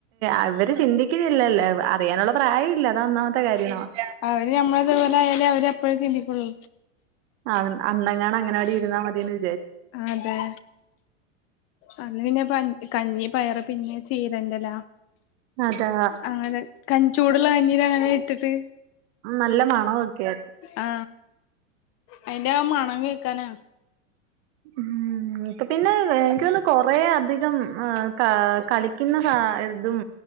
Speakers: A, on the right; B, on the left.
A: അവരു ചിന്തിക്കുന്നില്ലല്ലോ. അറിയാനുള്ള പ്രായ ഇല്ല തൊന്നാമത്തെ കാര്യമാണോ? ഇല്ല
B: അവര് നമ്മളേത് പോലെ യാലേ അവരപ്പോഴേ ചിന്തിക്കുണു.
A: ആ അന്നെങ്ങാനുങ്ങനെ അംഗനവാടിയിരുന്നാ മതിന്.
B: അതെ. അല്ല പിന്നെ പഞ്ഞി, കഞ്ഞീം, പയറും പിന്നെ ചീരൻ്റെല
A: അതാ
B: അങ്ങനെ ക ചൂടുള്ള കഞ്ഞീലങ്ങനെയിട്ടിട്ട്.
A: നല്ല മണൊക്കെ
B: ആ അയിന്റെ മണം കേൾക്കാനാ.
A: ഉം പിന്നെ ഇൻക്ക് കൊറേയധികം അ ക കളിക്കുന്ന ഹ യിതും.